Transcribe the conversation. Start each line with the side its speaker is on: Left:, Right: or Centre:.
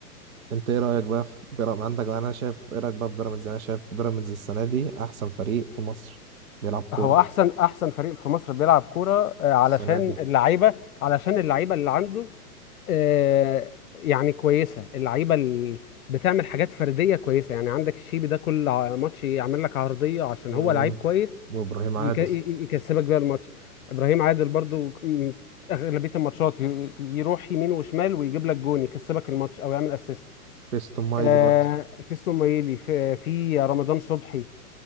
Right: انت ايه رايك بقى في بيراميدز عندك انا شايف ايه رايك بقى في بيراميدز يعني انا شايف بيراميدز السنه دي احسن فريق في مصر بيلعب كوره
Left: هو احسن احسن فريق في مصر بيلعب كورة آه، علشان
Right: السنه دي
Left: اللعيبة علشان اللعيبة اللي عنده آه، يعني كويسه اللعيبه ال- بتعمل حاجات فرديه كويسه يعني عندك الشيبي ده كل ع- ماتش يعمل لك عرضيه عشان
Right: مم.
Left: هو لعيب كويس
Right: وابراهيم عادل
Left: يك- ي- ي- يكسبك بيها الماتش ابراهيم عادل برضو ك- م- اغلبيه الماتشات ي- يروح يمين وشمال ويجيب لك جون يكسبك الماتش او يعمل اسيست
Right: فيستون مايلي
Left: آه،
Right: برضه
Left: فيستون مايلي في في رمضان صبحي